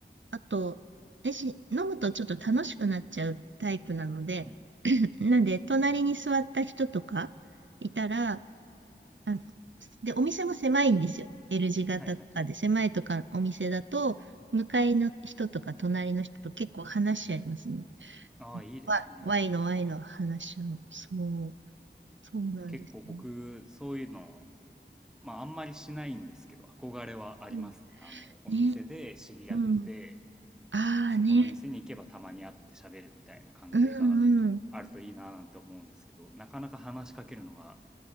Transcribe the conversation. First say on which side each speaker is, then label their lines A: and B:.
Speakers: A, on the right; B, in the centre.
A: あと、私、飲むとちょっと楽しくなっちゃうタイプなので、
B: うん。
A: <clears throat> なんで、隣に座った人とかいたら、あので、お店も狭いんですよ。L 字型とかで、
B: はいはいはい。
A: 狭いとかお店だと、向かいの人とか隣の人と結構話し合いますね。
B: ああ、いいですね。
A: わ Y の Y の話し合う。そう、そうなんですね。
B: 結構僕、そういうの、まああんまりしないんですけど、憧れはありますね。
A: うん。
B: あの、お店で知り合って、
A: ね、うん。ああね、
B: そこの店に行けばたまに会って喋るみたいな関係があるといいななんて思うんですけど、
A: うんうん。
B: なかなか話しかけるのが